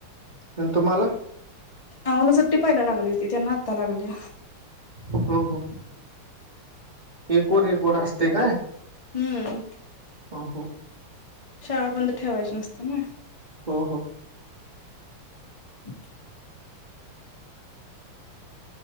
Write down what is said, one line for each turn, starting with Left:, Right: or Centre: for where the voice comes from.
Right: आणि तुम्हाला?
Left: आम्हाला सुट्टी पहीला लागली होती त्यांना आत्ता लागली.
Right: हो, हो एक वर, एक वर असतय काय?
Left: हम्म
Right: हं हो.
Left: शाळा बंद ठेवायची नसते नई.
Right: हो, हो.
Left: <inaudible>